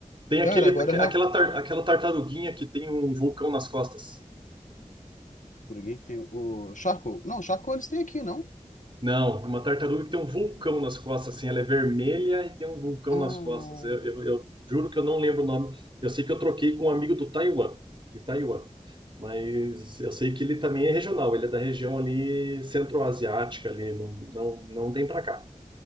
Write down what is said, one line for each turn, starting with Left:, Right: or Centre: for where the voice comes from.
Right: Tem aquele,
Left: Cara, agora real...
Right: aquela, tar- aquela tartaruguinha que tem um vulcão nas costas.
Left: por que que tem o Charco? Não, Charco eles têm aqui, não?
Right: Não, uma tartaruga que tem um vulcão nas costas, assim, ela é vermelha e tem um vulcão
Left: Ah,
Right: nas costas. Eu, eu- eu juro que eu não lembro o nome. Eu sei que eu troquei com um amigo do Taiwan, de Taiwan, mas eu sei que ele também é regional, ele é da região ali centro-asiática, ali, não, não, não tem pra cá.